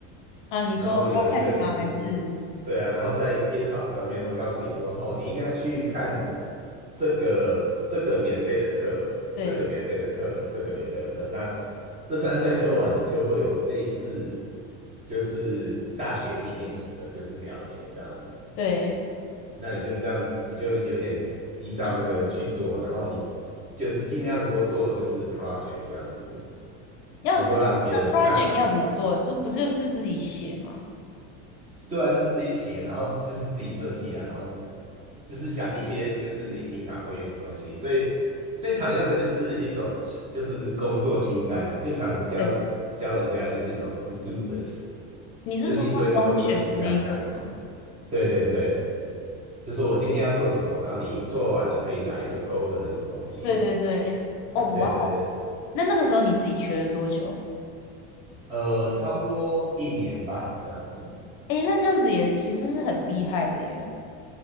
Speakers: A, on the left (about 55°); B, on the right (about 20°).
A: 啊？你说
B: 然后有一个就是
A: podcast 吗？还是
B: 对啊，然后在 GitHub 上面会告诉你说，哦，你应该去看这个这个免费的课，
A: 对
B: 这个免费的课，这个免费的课，那这三项修完，你就会有类似就是大学一年级的就是了解这样子。
A: 对，
B: 那你就这样子，你就有点依照那个去做，然后你就是尽量多做就是 project 这样子，
A: 要这
B: 能够让别人看。
A: project 要怎么做？这不就是自己写吗？
B: 对啊，就是自己写，然后就是自己设计啊，然后就是想一些就是你平常会用的东西。最最常用的就是一种就是工作清单啊，最常教教人家的就是一种
A: 对，
B: to do list，
A: 你是说像
B: 就是你做一个工作清单这样子。
A: n 选的那一种吗？
B: 对对对，就是我今天要做什么，然后你做完了可以打一个勾的那种东西。
A: 对对对，哦哇哦，
B: 对对对，
A: 那那个时候你自己学了多久？
B: 呃，差不多一年半这样子，
A: 诶，那这样子也其实是很厉害的耶。